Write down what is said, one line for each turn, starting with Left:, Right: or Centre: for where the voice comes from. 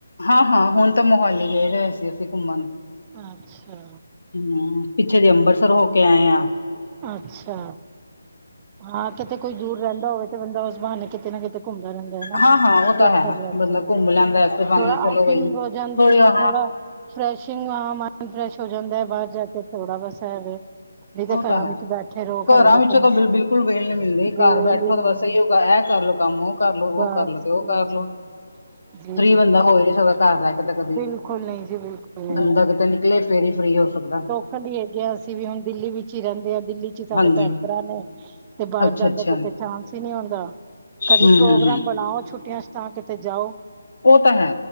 Left: ਹਾਂ- ਹਾਂ ਹੁਣ ਤਾਂ ਮੋਹਾਲੀ ਗਏ ਦੇ ਸੀ, ਅਸੀਂ ਘੁੰਮਣ
Right: ਅੱਛਾ
Left: ਹਮ, ਪਿੱਛੇ ਜੈ ਅੰਬਰਸਰ ਹੋ ਕੇ ਆਏ ਆ
Right: ਅੱਛਾ, ਹਾਂ ਕਿਤੇ ਕੋਈ ਦੂਰ ਰਹਿੰਦਾ ਹੋਵੇ ਤੇ ਬੰਦਾ ਉਸ ਬਹਾਨੇ ਕਿਤੇ ਨਾ ਕਿਤੇ ਘੁੰਮਦਾ ਰੈਂਦੈਂ ਏ ਨਾ
Left: ਹਾਂ
Right: ਸਸਤਰ
Left: ਹਾਂ ਉਹ ਤਾਂ ਹੈ
Right: ਲੱਗ
Left: ਬੰਦਾ
Right: ਜਾਂਦਾ
Left: ਘੁੰਮ
Right: ਹੈ।
Left: ਲੈਂਦਾ ਇਸੇ ਬਹਾਨੇ
Right: ਥੋੜਾ
Left: ਚਲੋ
Right: ਆਊਟਿੰਗ
Left: ਬਈ
Right: ਹੋ ਜਾਂਦੀ
Left: ਥੋੜੀ
Right: ਏ।
Left: ਹਾਂ
Right: ਥੋੜਾ ਫਰੈਸ਼ਿੰਗ ਆਮ ਫਰੈਸ਼ ਹੋ ਜਾਂਦਾ ਏ। ਬਾਹਰ ਜਾ ਕੇ ਥੋੜਾ ਬਸ ਇਹ ਵੇ ਨਹੀਂ ਤੇ
Left: ਔ
Right: ਘਰਾਂ
Left: ਤਾਂ ਹੈ।
Right: ਵਿੱਚ ਬੈਠੇ ਰਹੋ
Left: ਘਰਾਂ
Right: ਦੇ
Left: ਵਿੱਚੋਂ
Right: ਕੰਮ
Left: ਤਾਂ ਬਿਲਕੁਲ ਵੇਲ ਨਈ ਮਿਲਦੀ,
Right: ਵੇਲ
Left: ਘਰ ਬੈਠੋ
Right: ਹੀ ਨਹੀਂ
Left: ਤਾਂ ਬਸ ਐ ਇ ਯੋ ਐ ਕਰਲੋ ਕੰਮ ਔ ਕਰਲੋ
Right: ਬਸ
Left: ਔ ਕਰਲੋ ਤੇ
Right: ਜੀ
Left: ਔਹ ਕਰਲੋ
Right: ਜੀ
Left: ਫ੍ਰੀ
Right: ਜੀ
Left: ਬੰਦਾ ਹੋਹੀ ਨਈ ਸਕਦਾ <unintelligible> ਘਰ ਰ ਏ ਤਾਂ ਕਦੀ
Right: ਬਿਲਕੁਲ ਨਹੀਂ ਜੀ ਬਿਲਕੁਲ ਨਹੀਂ
Left: ਬੰਦਾ ਕਿਤੇ ਨਿਕਲੇ ਫੇਰ ਹੀ ਫ੍ਰੀ ਹੋ ਸਕਦਾ
Right: ਸਾਡੀ ਐ ਗੈਸ ਅਸੀਂ ਵੀ ਹੁਣ ਦਿੱਲੀ ਵਿੱਚ ਰੈਂਦੇ ਆ ਦਿੱਲੀ ਚ ਈ ਸਾਰੇ
Left: ਹਾਂਜੀ
Right: ਭੈਣ ਭਰਾ ਨੇ, ਤੇ ਬਾਰ
Left: ਅੱਛਾ
Right: ਜਾਂਦਾ
Left: ਅੱਛਾ
Right: ਕਿਤੇ ਚਾਂਸ ਹੀ ਨਈ ਹੋਂਦਾ
Left: ਹੂੰ
Right: ਕਦੀ ਪ੍ਰੋਗਰਾਮ
Left: ਹੂੰ ਹੂੰ
Right: ਬਣਾਔ ਛੁੱਟੀਆਂ ਚ ਤਾਂ ਕਿਤੇ ਜਾ ਔ
Left: ਔਹ ਤਾਂ ਹੈ।